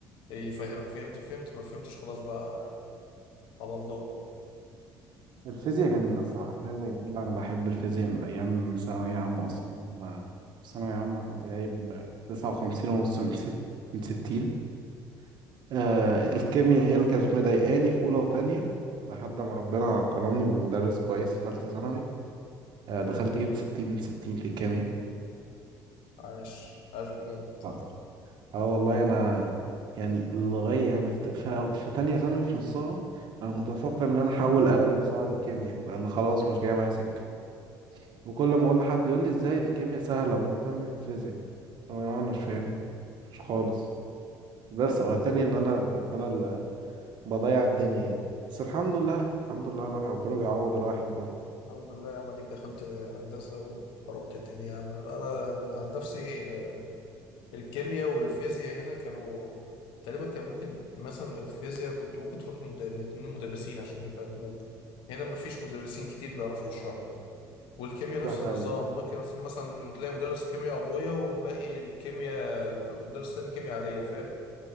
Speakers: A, on the left; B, on the right.
A: يفهمك فهمت فهمت ما فهمتش خلاص بقى على الله
B: الفيزياء جميلة الصراحة الفيزياء جميلة أنا بحب الفيزياء من أيام ثانوية عامة أصلا ما في ثانوية عامة كنت جايب تسعة وخمسين ونص من ست من ستين آه الكيمياء هي اللي كانت مضايقاني في أولى وتانية لحد ما ربنا كرمني بمدرس كويس في تالتة ثانوي آه دخلت جبت ستين من ستين في الكيمياء
A: عاش عاش بجد
B: اه آه والله أنا يعني لغاية يعني في, في, في تانية ثانوي في نصها أنا كنت بفكر إن أنا أحول أدبي بسبب الكيمياء لأن خلاص مش جاي معايا سكة وكل ما اقول لحد يقول لي ازاي دي الكيمياء سهله امال بتعمل ايه في الفيزياء أقول له انا مش فاهمها مش خالص بس هو تاني ان انا كنت انا اللي بضيع الدنيا يعني بس الحمد لله الحمد لله الواحد ربنا بيعوض الواحد برضه
A: الحمد لله يا عم اديك دخلت هندسة وخربت الدنيا يا عم انا أنا عن نفسي الكيمياء والفيزياء هنا كانوا تقريبا كان ممكن مثلا الفيزياء كنت ممكن تروح لمد- لاتنين مدرسين عشان يفهموك هنا مفيش مدرسين كتير بيعرفوا يشرحوا والكيمياء
B: ده
A: نفس
B: حقيقي
A: النظام ممكن مثلا مثلا تلاقي مدرس كيمياء عضوية والباقي الكيمياء ومدرس تاني كيمياء عادية فاهم